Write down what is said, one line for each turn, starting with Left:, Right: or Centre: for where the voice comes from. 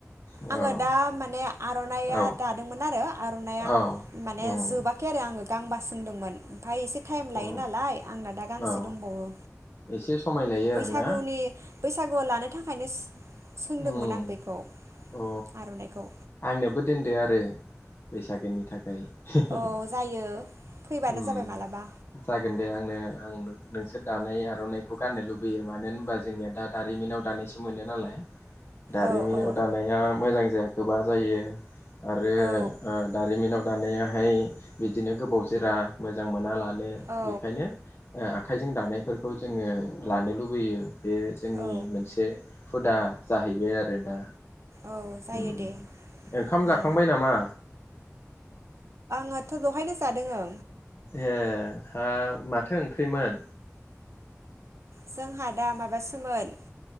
Left: औ
Right: आङो दा माने आर'नाइआ
Left: औ
Right: दादोंमोन आरो। आर'नाया
Left: औ
Right: माने
Left: उम
Right: जोबाखै आरो आङो गांबा सोंदोंमोन ओमफाय एसे टाइम लायो
Left: अ
Right: नालाय आंना दा गांसे
Left: औ
Right: दंबावो
Left: एसे समाय लायो
Right: बैसागुनि
Left: आरोना
Right: बैसागुआव लानो थाखायनो सोंदोंमोन
Left: उम
Right: आं बेखौ
Left: अ
Right: आर'नाइखौ
Left: आंनोबो दोनदो आरो। बैसागोनि थाखाय। हे हे
Right: औ
Left: हे
Right: जायो फैबानो
Left: उम
Right: जाबाय मालाबा
Left: जागोन दे आंनो आं नोंसोर दानाय आर'नाइखौ गाननो लुबैयो मानो होनबा जोंनिया दा दारिमिनाव दानायसो मोनो नालाय। दारिमिनाव
Right: औ औ
Left: दानाया मोजां गोबा जायो आरो
Right: औ
Left: ओ दारिमिनाव दानायाहाय बिदिनो गोबाव जोरा मोजां मोना लान नो
Right: औ
Left: बेखायनो आखाइजों दानाय फोरखौ जोङो लानो लुबैयो। बेयो जोंनि
Right: औ
Left: मोनसे हुदा जाहैबाय आरोना।
Right: औ जायो
Left: उम
Right: दे
Left: ओंखाम
Right: उम
Left: जाखांबाय नामा?
Right: आंहाथ' दहायनो जादोंं ओ।
Left: ए हा माथो ओंख्रै मोन?
Right: जोंहा आदा माबा सोमोन